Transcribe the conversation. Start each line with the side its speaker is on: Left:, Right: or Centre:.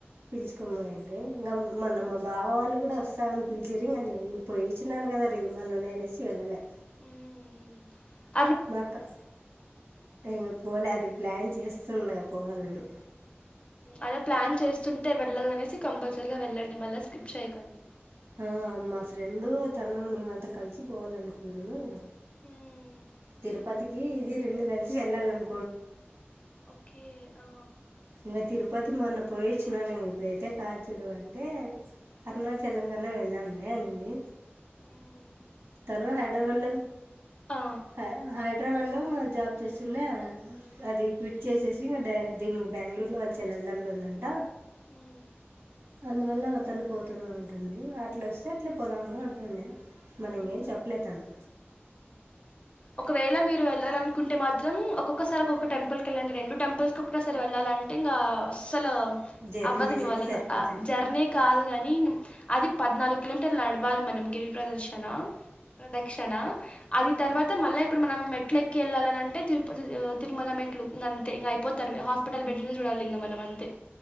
Right: పిలుచుకిని పోయింటి ఇంకా మన్న
Left: మ్మ్
Right: మా బావ వాళ్ళు కూడా వస్తామని పిలిచిరికానీం పోయిచ్చినాను కదా రే మన నేనేసి వెళ్ళలే
Left: మ్మ్ మ్మ్
Right: మాక ఇంకా పోలే అది ప్లాన్ చేస్తున్నా పోవాలని
Left: అలా ప్లాన్ చేస్తుంటే వెళ్లాలనేసి కంపల్సరీగా వెళ్ళండి మళ్ళా స్కిప్ చేయకండి
Right: ఆ మా ఫ్రెండు తను మేమంతా కలిసి పోవాలనుకున్నాము
Left: మ్మ్
Right: తిరుపతికి ఇది రెండు కలిసి వెళ్ళాలన్న
Left: ఓకే ఆ
Right: ఇంగ తిరుపతి మొన్న పోయిచ్చినను ఇప్పుడయితే కాద్ చూడు అంటే అరుణాచలంగాణ
Left: ఆ
Right: వెళదాంలే అనింది
Left: మ్మ్
Right: తను హైదరాబాద్ లో
Left: ఆ
Right: హై హైదరాబాద్ లో జాబ్ చేస్తుండ అది క్విట్ చేసేసి ఇంకా డే దీనికి బెంగళూరులో వాళ్ళు చెల్లెలుదంట్లో ఉందండి
Left: ఉమ్
Right: అందువల్ల ఒత్తన పోతానే ఉంటుంది అట్లా వస్తే అట్లే పోదాము అంటుండే మల్లి
Left: ఉమ్
Right: ఇంకేం చెప్పలే తను
Left: ఒకవేళ మీరు వెళ్ళాలినుకుంటే మాత్రం ఒక్కొక్కసారి ఒక్కొక్క టెంపులకెళ్ళండి రెండు టెంపల్స్ కి ఒకటేసారి వెళ్ళాలంటే ఇంగ అసలు
Right: జర్నీ
Left: అవ్వదు
Right: చేసేకి
Left: మీ వల్లన
Right: సరిపోతుంది
Left: జర్నీ కాదు కానీ అది పద్నాలుగు కిలోమీటర్లు నడవాలి మనం గిరి ప్రదర్శణ ప్రదక్షిణ అది తర్వాత మళ్ళీ ఇప్పుడు మనం మెట్లు ఎక్కి వెళ్ళాలని అంటే తిరుపతి తిరుమల మెట్లు ఇంగంతే ఇంగ అయిపోత హాస్పిటల్ బెడ్ మీద చూడాలి ఇంగ మనం అంతే